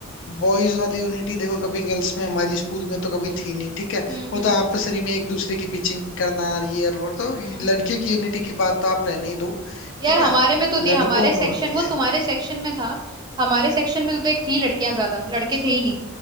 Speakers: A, on the left; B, on the right.
A: बॉयज वाली यूनिटी देखो कभी गर्ल्स में हमारी स्कूल में तो कभी थी नहीं ठीक है
B: हम्म
A: वो
B: हम्म
A: तो आपसरी में एक दूसरे की बिचिंग करना और ये और वो तो ये
B: हम्म
A: लड़कियों की यूनिटी की बात तो आप रहने ही दो
B: यार
A: ठीक
B: हमारे
A: है
B: में तो थी
A: लड़कों
B: हमारे
A: में
B: सेक्शन
A: होती
B: वो
A: है
B: तुम्हारे सेक्शन में था हमारे सेक्शन में तो देख थी लड़कियां ज्यादा लड़के थे ही नहीं